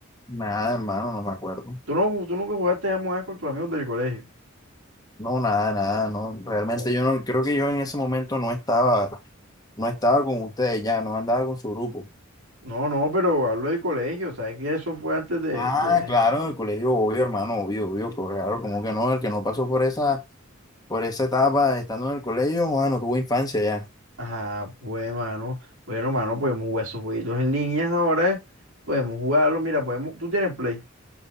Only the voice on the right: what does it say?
¿Tú, no, tú nunca jugaste Among Us con tus amigos del colegio?
Oh.
No, no, pero hablo del colegio, ¿sabes que eso fue antes de,
de-
Ajá, pues, mano. Bueno, mano, podemos jugar esos jueguitos en línea ahora. eh. Podemos jugarlo. Mira, podemos. Tú tienes Play.